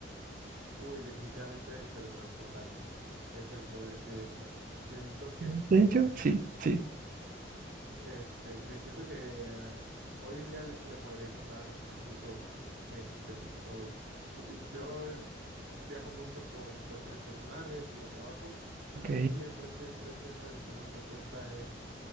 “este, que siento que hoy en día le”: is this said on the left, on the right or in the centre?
Right